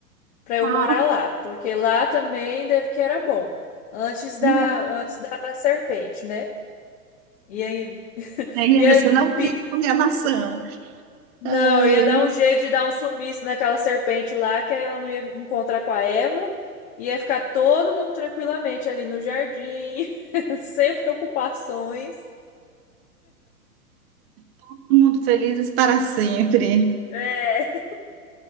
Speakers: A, on the left; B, on the right.
A: para eu
B: Ah,
A: morar lá, porque lá também deve que era bom, antes da
B: né?
A: antes da serpente, né? E aí,
B: Aí
A: ia,
B: Você não queria
A: pi-
B: comer a maçã.
A: não,
B: Ai,
A: ia dar um jeito de dar um sumiço naquela serpente lá, que aí ela não ia encontrar com a Eva, ia ficar todo mundo tranquilamente ali no jardim, <laughs> sem preocupações.
B: todo mundo felizes para sempre.
A: É.